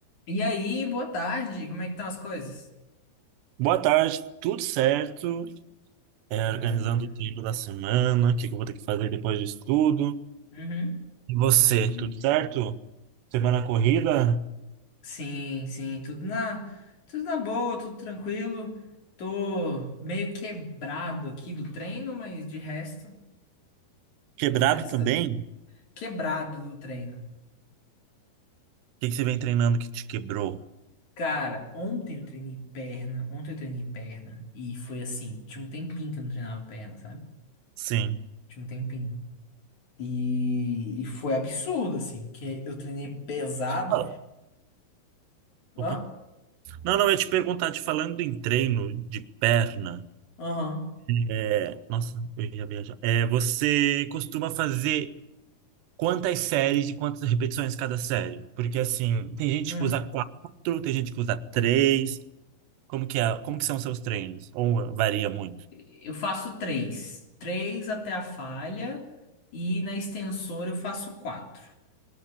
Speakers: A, on the left; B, on the right.
A: E aí, boa tarde, como é que estão as coisas?
B: Boa tarde, tudo certo? É,
A: Maravilha,
B: organizando o tempo da semana, o que que eu vou ter que fazer depois disso tudo.
A: Uhum.
B: E você,
A: maravilha.
B: tudo certo? Semana corrida?
A: Sim, sim, tudo na, tudo na boa, tudo tranquilo. Tô meio quebrado aqui do treino, mas de resto,
B: Quebrado
A: de resto,
B: também?
A: tá
B: O
A: quebrado do treino.
B: que que você vem treinando que te quebrou?
A: Cara, ontem eu treinei perna, ontem eu treinei perna e foi assim, tinha um tempinho que eu não treinava perna, sabe?
B: Sim.
A: Tinha um tempinho. E, e foi absurdo, assim, que eu treinei pesado.
B: Fala.
A: Hã?
B: Opa. Não, não, eu ia te perguntar, te falando em treino de perna.
A: Aham.
B: É, nossa, eu ia viajar. É, você costuma fazer quantas séries e quantas repetições cada série? Porque assim, tem gente
A: Hum.
B: que usa quatro, tem gente que usa três. Como que é? Como que são os seus treinos? Ou varia muito?
A: Eu faço três. Três até a falha e na extensor eu faço quatro.